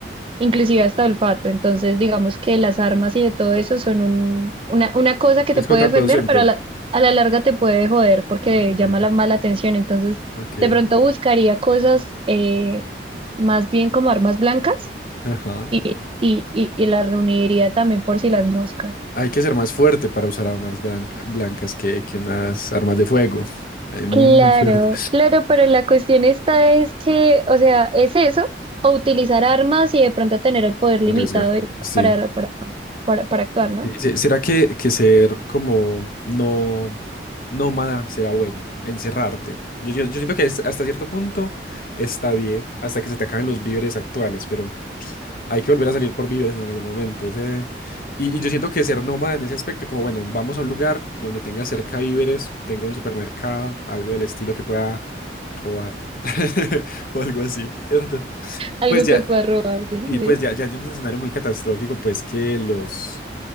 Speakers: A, on the right; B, on the left.
A: inclusive hasta olfato. Entonces, digamos que las armas y de todo eso son un- una, una cosa que
B: Es
A: te puede
B: contraproducente.
A: defender, pero a la, a la larga te puede joder porque
B: Ok.
A: llama la mala atención. Entonces,
B: Ok.
A: de pronto buscaría cosas eh, más bien como armas blancas
B: Ajá.
A: y, y, y, y las reuniría también por si las moscas.
B: Hay que ser más fuerte para usar armas blanca- blancas que, que unas armas de fuego. Hay muy,
A: Claro,
B: muy fuerte.
A: claro, pero la cuestión esta es que, o sea, es eso, o utilizar armas y de pronto tener el poder limitado
B: de Arriesgar.
A: y-
B: Sí.
A: para, para, para, para actuar, ¿no?
B: Sí, se- ¿Será que, que ser como no nómada será bueno? Encerrarte. Yo, yo, yo siento que es- hasta cierto punto está bien, hasta que se te acaben los víveres actuales, pero hay que volver a salir por víveres en algún momento. Ese... Y, y yo siento que ser nómada en ese aspecto, como bueno, vamos a un lugar donde tenga cerca víveres, tenga un supermercado, algo del estilo que pueda robar. <laughs> o algo así, ¿cierto?
A: Algo
B: Pues ya,
A: que pueda robar, sí,
B: y pues
A: sí.
B: ya, ya hay un escenario muy catastrófico, pues que los,